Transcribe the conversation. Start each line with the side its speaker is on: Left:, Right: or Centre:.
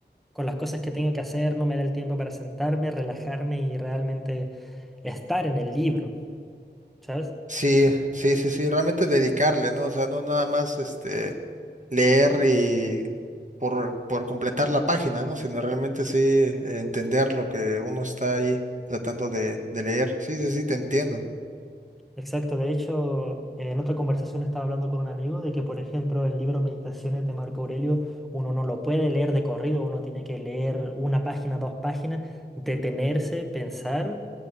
Centre: con las cosas que tengo que hacer no me da el tiempo para sentarme, relajarme y realmente estar en el libro, ¿sabes?
Right: Sí, sí, sí, sí, realmente dedicarle, ¿no? O sea, no nada más este leer y por, por completar la página, ¿no? Sino realmente sí eh, entender lo que uno está ahí tratando de, de leer. Sí, sí, sí, te entiendo.
Centre: Exacto, de hecho, en otra conversación estaba hablando con un amigo de que, por ejemplo, el libro Meditaciones de Marco Aurelio, uno no lo puede leer de corrido, uno tiene que leer una página, dos páginas, detenerse, pensar